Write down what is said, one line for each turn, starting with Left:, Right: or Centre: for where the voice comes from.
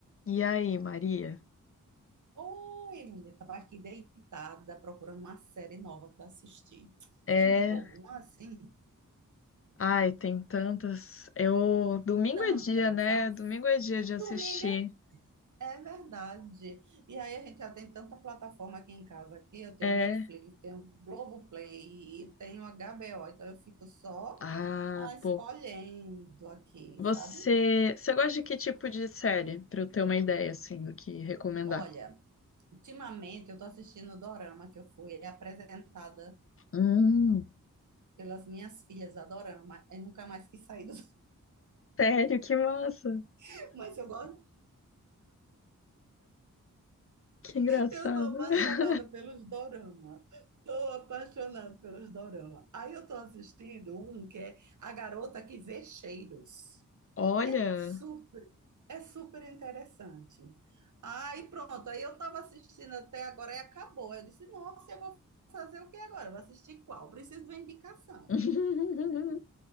Left: E aí, Maria?
Right: Oi, mulher, tava aqui deitada procurando uma série nova para assistir.
Left: É.
Right: Você indica alguma assim?
Left: Ai, tem tantas. Eu. Domingo
Right: Tantas.
Left: é dia, né?
Right: Ah,
Left: Domingo é dia de assistir.
Right: domingo é é verdade. E aí a gente já tem tanta plataforma aqui em casa aqui. Eu tenho
Left: É.
Right: Netflix, tenho Globoplay e tenho HBO. Então eu fico só
Left: Ah,
Right: ah, escolhendo
Left: pô.
Right: aqui,
Left: Você.
Right: sabe?
Left: Você gosta de que tipo de série? Pra eu ter uma ideia, assim, do que recomendar.
Right: Olha, ultimamente eu tô assistindo o Dorama que eu fui apresentada
Left: Hum.
Right: pelas minhas filhas a Dorama. Eu nunca mais quis sair do
Left: Sério, que massa.
Right: <laughs> mas eu gosto
Left: Que engraçado.
Right: Eu tô apaixonada
Left: <laughs>
Right: pelos dorama. Tô apaixonada pelos dorama. Aí eu tô assistindo um que é A Garota que Vê Cheiros.
Left: Olha.
Right: É super, é super interessante. Aí pronto, aí eu tava assistindo até agora e acabou. Eu disse, nossa, eu vou fazer o que agora? Vou assistir qual? Preciso de uma indicação.
Left: <laughs>